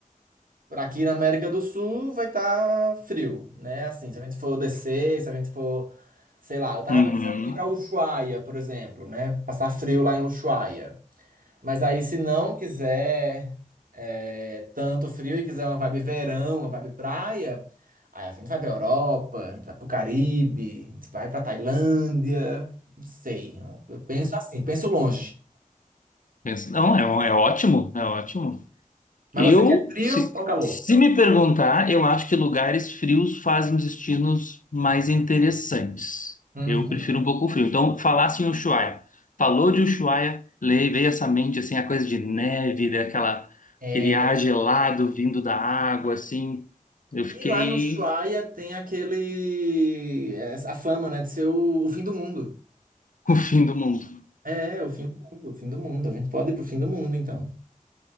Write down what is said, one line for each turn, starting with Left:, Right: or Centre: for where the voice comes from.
Right: para aqui na América do Sul, vai estar frio, né? Assim, se a gente for descer, se a gente for, sei lá, eu tava
Left: Uhum.
Right: pensando em ir para Ushuaia, por exemplo, né? Passar frio lá em Ushuaia. Mas aí, se não quiser é, tanto frio e quiser uma vibe verão, uma vibe praia, aí a gente vai pra Europa, a gente vai pro Caribe, a gente vai pra Tailândia. Não sei. Eu eu penso assim, penso longe.
Left: Pensa- Não, é, é ótimo, é ótimo.
Right: Mas
Left: Eu,
Right: você quer frio
Left: se,
Right: ou calor?
Left: se me perguntar, eu acho que lugares frios fazem destinos mais interessantes.
Right: Uhum.
Left: Eu prefiro um pouco frio. Então, falasse em Ushuaia. Falou de Ushuaia, le- veio essa mente, assim, a coisa de neve, daquela,
Right: É,
Left: aquele ar gelado vindo da água, assim. Eu fiquei
Right: e lá em Ushuaia tem aquele. é, A fama, né, de ser o, o fim do mundo.
Left: <laughs> com o fim do mundo.
Right: É, o fim do mundo, o fim do mundo. A gente pode ir pro fim do mundo, então.